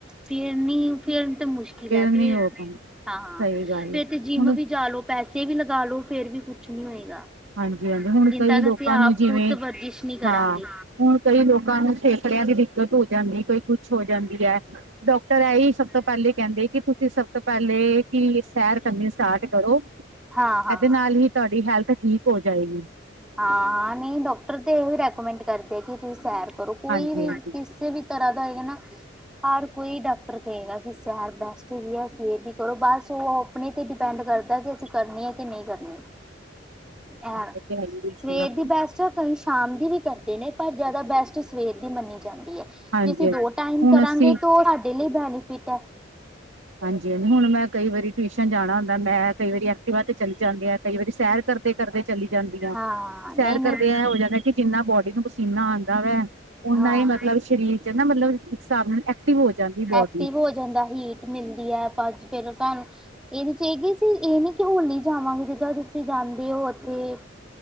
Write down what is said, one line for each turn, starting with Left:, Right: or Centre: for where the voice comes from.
Centre: ਫਿਰ ਨੀ ਫੇਰ ਤਾਂ ਮੁਸ਼ਕਿਲ ਐ
Right: ਨਹੀਂ
Centre: ਫੇਰ,
Right: ਹੋ ਪਾਉਂਦਾ
Centre: ਹਾਂ-ਹਾਂ
Right: ਸਹੀ ਗੱਲ
Centre: ਫੇਰ
Right: ਹੈ
Centre: ਤੇ ਜਿੰਮ
Right: ਹੁਣ
Centre: ਵੀ ਜਾ ਲੋ ਪੈਸੇ ਵੀ ਲਗਾ ਲੋੋ, ਫੇਰ ਵੀ ਕੁਛ ਨੀ ਹੋਏਗਾ
Right: ਹਾਂਜੀ-ਹਾਂਜੀ, ਹੁਣ
Centre: ਜਿੰਨ
Right: ਕਈ
Centre: ਤੱਕ
Right: ਲੋਕਾਂ
Centre: ਅਸੀਂ ਆਪ
Right: ਨੂੰ ਜਿਵੇਂ
Centre: ਖੁਦ ਵਰਜਿਸ਼ ਨਹੀਂ ਕਰਾਂਗੇ।
Right: ਹਾਂ, ਹੁਣ ਕਈ ਲੋਕਾਂ ਨੂੰ ਫੇਫੜਿਆਂ ਦੀ ਦਿੱਕਤ ਹੋ ਜਾਂਦੀ ਐ ਕਈ ਕੁਛ ਹੋ ਜਾਂਦੀ ਐ ਡਾਕਟਰ ਐਹੀ ਸਭ ਤੋਂ ਪੈਲੇ ਕਹਿਦੇ, ਕਿ ਤੁਸੀਂ ਸਭ ਤੋਂ ਪੈਲੇ ਕੀ ਸੈਰ ਕਰਨੀ ਸ ਸਟਾਟ ਕਰੋ,
Centre: ਹਾਂ-ਹਾਂ,
Right: ਏਦੇ ਨਾਲ ਹੀ ਤੁਹਾਡੀ ਹੈਲਥ ਠੀਕ ਹੋ ਜਾਏਗੀ।
Centre: ਹਾਂ ਨਈ ਡਾਕਟਰ ਤੇ ਏ ਰੈਕੋਮੈਂਟ ਕਰਦੇ ਆ ਕਿ ਤੁਸੀਂ ਸੈਰ ਕਰੋ ਕੋਈ
Right: ਹਾਂਜੀ
Centre: ਵੀ
Right: ਹਾਂਜੀ
Centre: ਕਿਸੇ ਵੀ ਤਰ੍ਹਾਂ ਦਾ ਹੈਗਾ ਨਾ ਹਰ ਕੋਈ ਡਾਕਟਰ ਕੇਗਾ ਕਿ ਸੈਰ ਬੈਸਟ ਹੈਗੀ ਐ ਸਵੇਰ ਦੀ ਕਰੋ ਬਸ ਓ ਆਪਣੇ ਤੇ ਡਿਪੈਂਡ ਕਰਦਾ ਕਿ ਅਸੀਂ ਕਰਨੀ ਐ ਕੇ ਨਈ ਕਰਨੀ ਹਾਂ
Right: ਇਹ ਤੇ ਹੈ ਹੀ ਬਿਲਕੁਲ
Centre: ਸਵੇਰ
Right: ਹਾਂਜੀ
Centre: ਦੀ ਬਸ ਚ, ਕਈ ਸ਼ਾਮ ਦੀ ਵੀ ਕਰਦੇ ਨੇ ਪਰ ਜਾਦਾ ਬੈਸਟ ਸਵੇਰ ਦੀ ਮੰਨੀ ਜਾਂਦੀ ਐ।
Right: ਹਾਂਜੀ
Centre: ਜੇ ਅਸੀਂ ਦੋ ਟਾਈਮ
Right: ਹੁਣ
Centre: ਕਰਾਂਗੇ
Right: ਅਸੀਂ
Centre: ਤੋ ਸਾਡੇ ਲਈ ਬੈਨੀਫਿਟ ਐ।
Right: ਹਾਂਜੀ ਹੁਣ ਮੈਂ ਕਈ ਵਾਰੀ ਟਵਿਸ਼ਨ ਜਾਣਾ ਹੁੰਦਾ ਮੈਂ ਕਈ ਵਾਰੀ ਐਕਟੀਵਾ ਤੇ ਚਲੀ ਜਾਂਦੀ ਆ ਕਈ ਵਾਰੀ ਸੈਰ ਕਰਦੇ-ਕਰਦੇ ਚਲੀ ਜਾਂਦੀ ਆ
Centre: ਹਾਂ
Right: ਸੈਰ
Centre: ਨਹੀਂ ਨਹੀਂ
Right: ਕਰਦੇ ਇਹ ਹੋ ਜਾਂਦਾ ਕਿ ਜਿੰਨਾ ਬੋਡੀ ਨੂੰ ਪਸੀਨਾ ਆਂਦਾ ਵੈ ਉਨਾਂ
Centre: ਹਾਂ
Right: ਹੀ ਮਤਲਬ ਸਰੀਰ 'ਚ ਨਾ ਮਤਲਬ ਇੱਕ ਹਿਸਾਬ ਨਾਲ ਐਕਟਿਵ ਹੋ ਜਾਂਦੀ ਬੋਡੀ
Centre: ਐਕਟਿਵ ਹੋ ਜਾਂਦਾ ਹੀਟ ਮਿਲਦੀ ਹੈ ਭਜਗੇ ਫਿਰ ਸਹਾਨੂੰ ਇਹਦੀ ਚਾਹੀਦੀ। ਤੂੰ ਹੀ ਇੰਨੀ ਕਿਉਂ ਨੀ ਕਿ ਹੋਣ ਨੀ ਜਾਵਾਂਗੇ ਜਿੱਦਾਂ ਤੁਸੀਂ ਜਾਂਦੇ ਹੋ ਉੱਥੇ